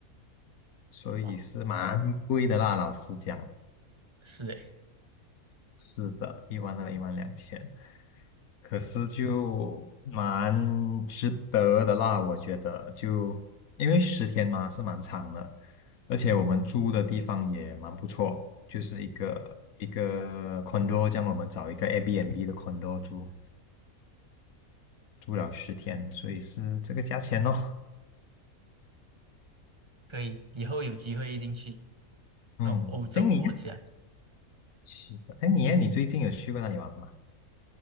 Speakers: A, on the left (about 75°); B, on the right (about 25°).
A: 所以是蛮贵的啦。
B: 哇哦，
A: 老实讲，
B: 是诶，
A: 是的，一万二、一万两千，可是就蛮值得的啦，我觉得就因为十天嘛是蛮长的，而且我们住的地方也蛮不错，就是一个一个 condo，这样我们找一个 Airbnb 的 condo 住，住了十天，所以是这个价钱哦。
B: 可以，以后有机会一定去
A: 嗯，
B: 这种欧洲国家。
A: 这样你是的，哎你耶你最近有去过哪里玩吗？